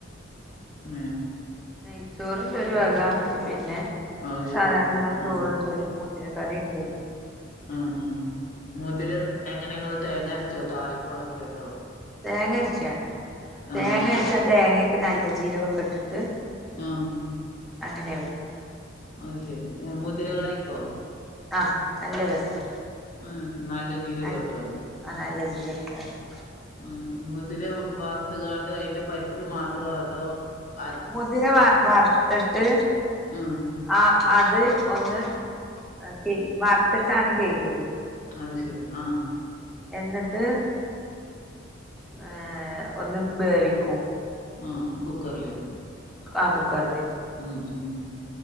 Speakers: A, on the left; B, in the centre.
A: ഉം
B: നെയ്ച്ചോറ്ണ്ടൊരു വക പിന്നെ
A: അത്
B: സാധാരണ
A: ശരി
B: നമ്മളെ
A: ആ
B: ചോർണ്ട് മുദിരക്കറിണ്ട്
A: ആഹ് ആഹ് മുതിര എങ്ങനെങ്ങള് തേങ്ങ അരച്ചോ താളിപ്പാക്കിയാട്ടോ
B: തേങ്ങ അരച്ചാട്ട്
A: ആ
B: തേങ്ങ
A: അത് ശരി
B: അരച്ചാ തേങ്ങേക്ക് നല്ല ജീരകൊക്കെ ഇട്ടിട്ട്
A: ആഹ്
B: അങ്ങനെയ വെക്കാ
A: അയ്ശെരി ആഹ് മുതിര കറിക്കോ
B: ആഹ് നല്ല രസാ
A: ആഹ് നല്ല ജീരകട്ടാണ്ട്
B: നൽ ആഹ്
A: ഉം
B: നല്ല ജീരകട്ടാണ്ട്
A: ഉം മുതിര വാർത്ത്കാണ്ട് അയിന്റെ പരിപ്പ് മാത്രോ അതോ അര
B: മുതിര വ വർത്തിട്ട്
A: ഉം
B: ആഹ് അത് ഒന്ന് കേ വർത്തിട്ടാണ് കെയ്കല്
A: അത് ശരി ആഹ്
B: എന്നിട്ട് ഏഹ് ഒന്ന് വേവിക്കും
A: ആഹ് കുക്കർല്
B: കാ കുക്കർല്
A: ഉം ഉം